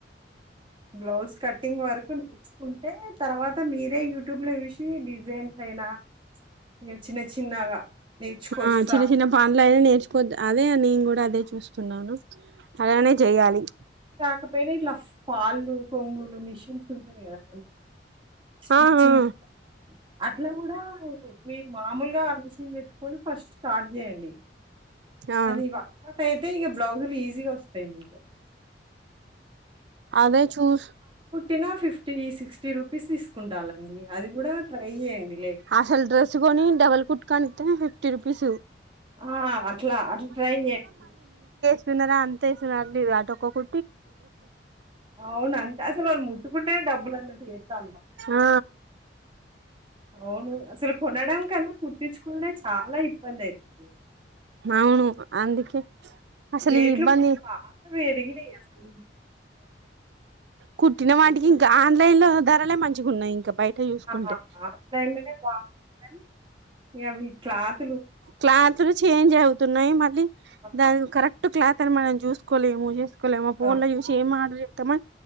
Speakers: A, on the right; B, on the right.
A: బ్లౌజ్ కటింగ్ వరకు నేర్చుకుంటే తర్వాత మీరే యు ట్యూబ్ ల చూసి డిజైన్ అైనా ఇక చిన్న చిన్నగా నేర్చుకోవచ్చు
B: ఆ
A: ఫ్రాక్
B: చిన్న చిన్న పనులు అయినా నేర్చుకోద్ అదే నేను కూడా అదే చూస్తున్నాను అలానే చెయాలి
A: <unintelligible> ఫళ్ళు కొంగులు మిషన్స్ ఉంటాయి కదా స్టిచ్చింగ్
B: ఆ ఆ
A: అట్లా కూడా మీరు మామూలుగా ఆ మిషన్ తెచ్చుకొని ఫస్ట్ స్టార్ట్ చేయండి
B: ఆ
A: అది వా అయితే ఈ బ్లౌజ్లు ఈజీ గా వస్తాయి మీకు
B: అదే చూస్
A: ఫిఫ్టీనో ఫిఫ్టీ సిక్స్టీ రూపీస్ తీసుకుంటాలండి అది కూడా ట్రై చేయండి
B: అసలు డ్రెస్సు కొని డబల్ కుట్టుకంటే ఫిఫ్టీ రుపీస్
A: ఆ అట్లా అట్లా ట్రై చెయండి
B: సన్నారా అంతేస్తున్నారు అటు ఒక్కొక్క
A: అవున అంటే అసలు వాళ్ళు ముట్టుకుంటే డబ్బులు అన్నట్టు జెతాన్డ్రు
B: ఆ
A: అవును అసలు కొనడం కన్నా కుట్తించుకునే చాలా ఇబ్బంది అవుతుంది
B: అవును అందుకే అసలు
A: రేట్లు
B: ఈ ఇబ్బంది
A: కూడా బాగా పెరిగినాయి అసలు
B: కుట్టిన వాటికి
A: ఇప్పుడు
B: ఇంకా ఆన్లైన్ లో ధరలేే మంచిగా ఉన్నాయి ఇంకా బయట చూసుకుంటే
A: ఆహ అట్లైతేనే బాన్ యమ్ క్లాత్
B: క్లాత్లు చేంజ్ అవుతున్నాయి మళ్ళీ
A: ఆ!
B: దాని కరెక్ట్ క్లాత్ కానీ మనం చూసుకోలే ఏ చేస్త లే మా ఫోన్
A: ఆ!
B: యూసి ఏం మ్రి తమ